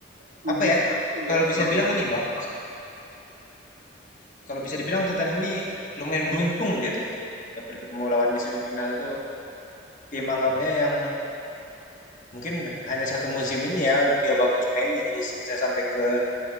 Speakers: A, on the right; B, on the left.
A: 7
B: apa ya?
A: satu
B: Kalau
A: ya
B: bisa
A: menang
B: dibilang ini, Bang. Kalau bisa dibilang Tottenham ini lumayan beruntung gitu. Dapat ketemu lawan di semifinal tuh tim anggapnya yang mungkin hanya satu musim ini ya dia bagus mainnya jadi bisa sampai ke